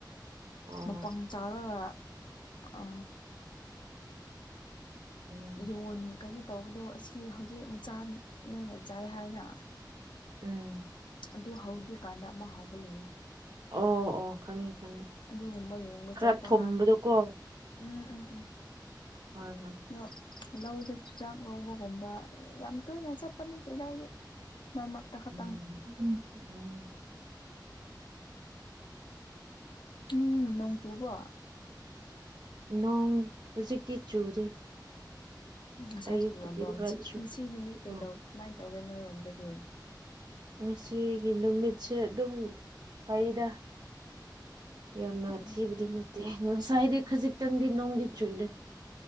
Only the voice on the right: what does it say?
ꯑꯣ
<unintelligible>
ꯎꯝ
ꯑꯣ ꯑꯣ ꯈꯪꯉꯦ ꯈꯪꯉꯦ
ꯈꯔ
ꯊꯨꯝꯕꯗꯨꯀꯣ꯫
ꯍꯣꯏ ꯍꯣꯏ
ꯎꯝ ꯎꯝ
ꯅꯣꯡ ꯍꯧꯖꯤꯛꯇꯤ ꯆꯨꯗꯦ꯫
ꯑꯌꯨꯛꯇꯨꯗꯤ
ꯈꯔ ꯆꯨꯏ
ꯑꯣ
ꯉꯁꯤꯒꯤ ꯅꯨꯃꯤꯠꯁꯦ ꯑꯗꯨꯝ ꯐꯩꯗꯥ꯫ ꯌꯥꯝꯅ
ꯊꯤꯕꯗꯤ ꯅꯠꯇꯦ ꯉꯁꯥꯏꯗꯤ ꯈꯖꯤꯛꯇꯪꯗꯤ ꯅꯣꯡꯗꯤ ꯆꯨꯔꯦ꯫